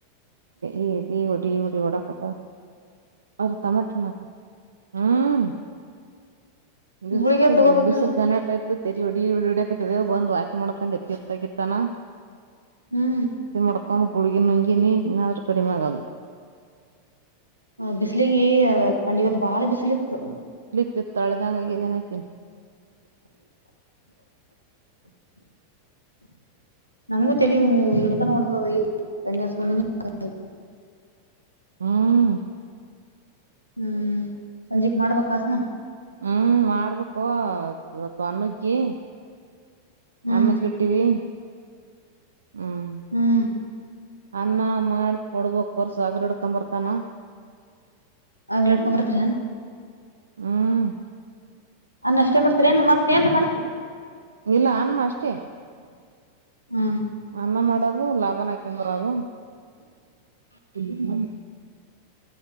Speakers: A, on the right; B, on the right.
A: ಈ ಈ ಒಡಿ ಒಡಿ ಒಡಕತ್ತಲಾ ಅವ ಟಮಾಟಿ ಹಣ್ಣ ಹಾಕ ಹೂಂ ಬಿಸಲ್
B: ಗುಳಿಗೆ ತಗೋಬೇಕ್ರಿ
A: ಬಿಸೂಲು ಗಣತ ಪ ಐತಿ. <unintelligible> ತಲಿ ಹೊಡಯಕತದ ಬಂದ್ ವಾಂತಿ ಮಾಡ್ಕೊಂಡೆ ಪಿತ ಆಗಿತ್ತಾನ
B: ಹ್ಮ್
A: ಮಾಡ್ಕೊಂಡ್ ಗುಳಗಿ ನುಂಗಿನಿ ಇನಾದ್ರು ಕಡಿಮೆ ಆಗಿಲ
B: ಬಿಸ್ಲಿಗಿ ಕಂಡ ಇವತ್ತು ಬಾಳ ಬಿಸ್ಲಿ ಇತ್ತು.
A: ಇತ್ತಾಳೆದಂಗಗೆ ಇದನೆ ಅಕಿನ
B: ನಮಗು ತಲಿನೂವು ಎಟ ದಿನಾ ನೋದದ ಇಗ ಯಣಿ ಹಚ್ಚಕೊಂಡೀನಿ ಹೆ <unintelligible>
A: ಹ್ಮ
B: ಹ್ಮ್ ಸಂಜಿಕ್ ಮಾಡ್ಬೇಕ ಆದನಾ?
A: ಹ್ಮ್ ಮಾಡ್ಬೇಕು ಸ್ವಲ್ಪ ಅನ್ನಗ್ಗಿ
B: ಹ್ಮ್
A: ಅನ್ನಕ್ಕ ಇಡಬೇಕು ಟ್ಟಿವಿ ಹ್ಮ್
B: ಹ್ಮ್
A: ಅನ್ನ ಮಾಡ ಕೊಡ್ಬೇಕಕ್ ಹೊರ್ಸಾಗರ್ ಹಿಡ್ಕೊಂಡ ಬರ್ತಾನ
B: ಆಗ್ಲಿ ಇಡ್ಕೊಂಬ ಬರ್ತೀರೇನು
A: ಹ್ಮ್
B: ಅನ್ನ ಅಷ್ಟೇ ಮಾಡ್ತರಿ ಏನ್ ಮತ್ತೆ ಏನ್ರೀ ಮಾಡ್ತಿರಿ
A: ಇಲ್ಲ ಅನ್ನ ಅಷ್ಟೇ
B: ಹ್ಮ
A: ಅನ್ನ ಮಾಡೋದು ಲಾಭನ ಹಾಕೊಂಡುಬರುದು ಹ್ಮ